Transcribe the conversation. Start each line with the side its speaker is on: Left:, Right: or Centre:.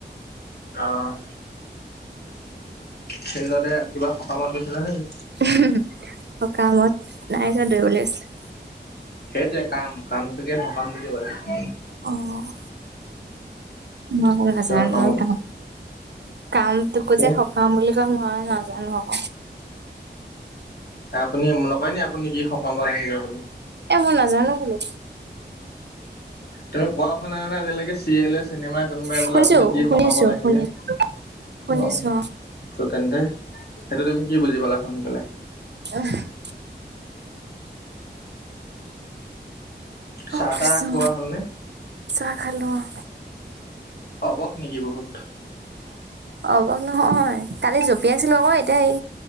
Left: অ'! ফিল্ডলে, কিবা সকামত গৈছিলা নে কি?
Right: ওহোঁ! সকামত, নাই যোৱা, দৌৰিবলে গৈছিলোঁ।
Left: সেইটোৱে, কাম কামটোকে, সকাম বুলি কয়।
Right: অ'! মই <unintelligible>
Left: কিবা কামত
Right: কাম, কাম। তোকো
Left: কি
Right: যে, সকাম বুলি কয়, মই নাজানোঁ আ'ক।
Left: আপুনি নকয় নি? আপুনি কি সকামত আহিলে বুলি।
Right: এ, মই নাজানোঁ বোলো।
Left: তুমি কোৱা শুনা নাই, আজিলৈকে? চিৰিয়েলে, চিনেমাই। কোনবাই
Right: শুনিছো
Left: বোলে, আপুনি কি
Right: শুনিছো
Left: সকামত আহিলে?
Right: শুনি শুনিছো
Left: অ'! ত' তেন্তে, সেইটো তুমি কি বুজি পালা, শুনি পেলাই?
Right: <unintelligible>
Left: চাহ
Right: অ'! কৃষ্ণ,
Left: তাহ খোৱা হ'লনে
Right: চাহ খালোঁ। অ'!
Left: অবস নেকি বহুত?
Right: অবস নহয়, কালি জঁপিয়াছিলো আকৌ। এতিয়া, এই